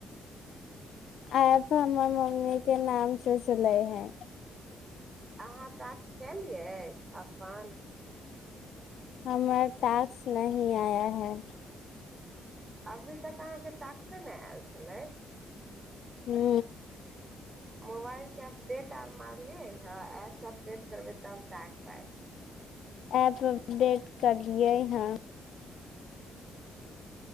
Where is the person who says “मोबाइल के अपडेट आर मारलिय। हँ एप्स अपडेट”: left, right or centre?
Right